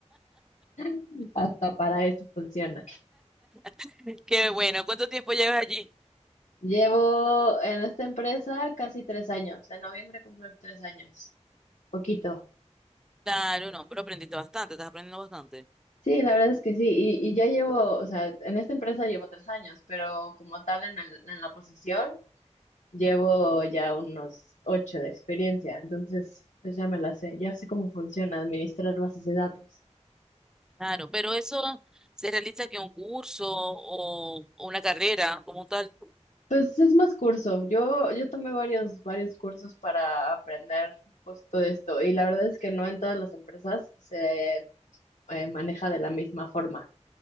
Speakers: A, on the left (about 80°); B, in the centre.
A: <laughs> Hasta para esto funciona.
B: <laughs> Qué bueno, ¿cuánto tiempo llevas allí?
A: Llevo en esta empresa casi tres años. En noviembre cumplo tres años. Poquito.
B: Claro, no, pero aprendiste bastante, estás aprendiendo bastante.
A: Sí, la verdad es que sí. Y, y ya llevo, o sea, en esta empresa llevo tres años, pero como tal en el- en la posición llevo ya unos ocho de experiencia. Entonces, pues ya me la sé. Ya sé cómo funciona administrar bases de datos.
B: Claro, pero eso se realiza que un curso o, o una carrera como tal.
A: Pues es más curso. Yo, yo tomé varios, varios cursos para aprender justo esto y la verdad es que no en todas las empresas se eh, maneja de la misma forma,